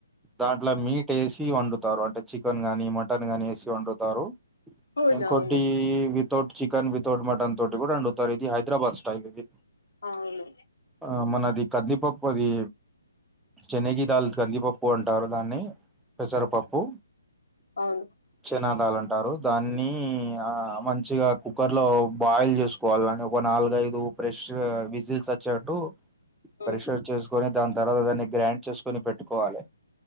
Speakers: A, in the centre; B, on the left.
A: దాంట్లో మీట్ ఏసి వండుతారు అంటే చికెన్ గానీ మటన్ గానీ వేసి వండుతారు
B: అవునవును
A: ఇంకోటి వి వితౌట్ చికన్ వితౌట్ మటన్ తోటి కూడా వండుతారు ఇది హైదరాబాద్ స్టైల్ ఇది
B: అవును
A: ఆ మనది కద్దిపప్పు అది చెనగి దాల్ కందిపప్పు అంటారు దాన్ని పెసరపప్పు
B: అవును
A: చినాదాలు అంటారు దాన్ని ఆ మంచిగా కు కుక్కర్ లో బాయిల్ చేసుకోవాలి అని ఒక నాలుగైదు ప్రెష్ విజిల్స్ వచ్చేట్టు పరిశోధ్
B: ఉమ్
A: చేసుకొని దాని తర్వాత దాన్ని గ్రాండ్ చేసుకొని పెట్టుకోవాలి